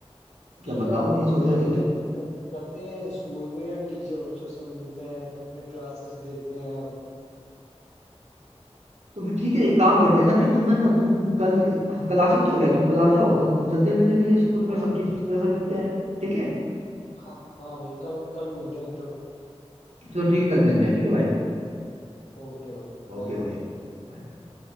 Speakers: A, on the right; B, on the left.
A: क्या
B: कि
A: बताओ
B: यार
A: क्या सोच रहे
B: चलते
A: थे तुम
B: चल, चलते हैं स्कूल पे यार टीचर उचर से मिलते हैं अपने क्लासेस देखते हैं
A: तो फिर ठीक है एक काम करते हैं ना फिर तुम है ना तुम कल कल आ सकते हो क्या तुम कल आ जाओ कल चलते हैं मिलने के लिए स्कूल
B: और
A: में सब टीचर्स वगैरह से मिलते हैं ठीक है
B: हाँ हाँ भाई कल कल मिलते हैं तब
A: चलो ठीक है कल मिलते हैं ठीक है भाई
B: ओके भाई बाय
A: ओके भाई Bye.